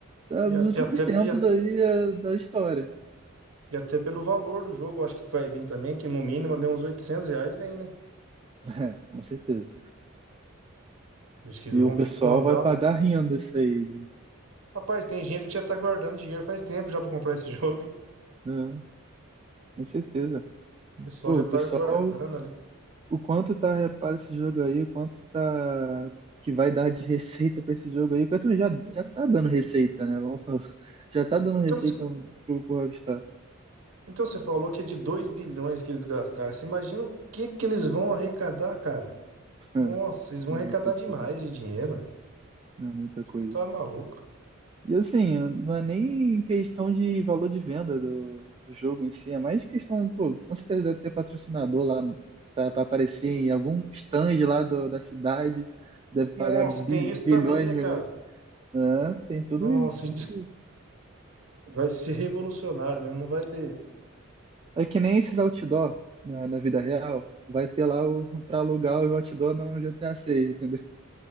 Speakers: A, on the right (about 25°); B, on the right (about 85°).
A: da-
B: E,
A: dos
B: a-
A: últimos
B: e até,
A: tempos
B: e, a-
A: aí é, da história.
B: e até pelo valor do jogo, eu acho que vai vir também, que no mínimo ali uns 800 reais vem, né?
A: <laughs> É, com certeza.
B: Eles que
A: E
B: vamos
A: o pessoal
B: mandar
A: vai pagar
B: um.
A: rindo isso aí,
B: Rapaz, tem gente que já tá guardando dinheiro faz tempo já pra comprar esse <laughs> jogo. hein?
A: né? Com certeza.
B: O pessoal
A: Pô,
B: já
A: o
B: tá
A: pessoal,
B: guardando ali.
A: o quanto tá, repara esse jogo aí, o quanto tá que vai dar de receita pra esse jogo aí. O Petro já,
B: E-
A: já tá dando receita, né? Vamos falar. <laughs> Já tá dando
B: Então,
A: receita
B: cê-
A: pro, pro Rockstar.
B: então você falou que é de 2 bilhões que eles gastaram. Você imagina o que que eles vão arrecadar, cara?
A: <laughs>
B: Nossa,
A: É,
B: eles vão
A: é muita
B: arrecadar
A: coisa.
B: demais de dinheiro.
A: É muita
B: Você
A: coisa.
B: tá maluco.
A: E assim, não é nem questão de valor de venda do, do jogo em si, é mais questão, pô, com certeza deve ter patrocinador lá pra, pra aparecer
B: N-
A: em algum stand lá do- da cidade, deve pagar
B: Nossa,
A: bi-
B: tem isso
A: bilhões
B: também, né,
A: e
B: cara?
A: milhões. É, tem tudo
B: Nossa,
A: isso, tem
B: e diz-
A: tudo
B: vai ser revolucionário mesmo, não vai ter.
A: É que nem esses outdoor na, na vida real. Vai ter lá o para alugar o outdoor no GTA 6, entendeu?